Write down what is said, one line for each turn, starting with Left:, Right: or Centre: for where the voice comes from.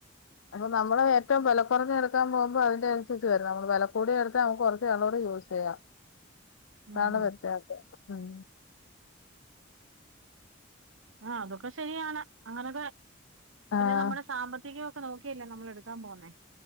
Left: അപ്പൊ നമ്മള് ഏറ്റവും വില കുറഞ്ഞ എടുക്കാൻ പോകുമ്പോ അതിന്റെ അനുസരിച്ച് വരും. നമ്മള് വില കൂടിയാ എടുത്താ നമ്മക്ക് കുറച്ചു നാളുടെ യൂസ് ചെയ്യാം. ചെയ്യാം. അതാണ്
Right: ഉം
Left: വ്യത്യാസം. ഉം.
Right: ആ അതൊക്കെ ശരിയാണ്. അങ്ങനൊക്കെ
Left: ആഹ്
Right: പിന്നെ നമ്മുടെ സാമ്പത്തികമൊക്കെ നോക്കിയല്ലേ നമ്മള് എടുക്കാൻ പോന്നേ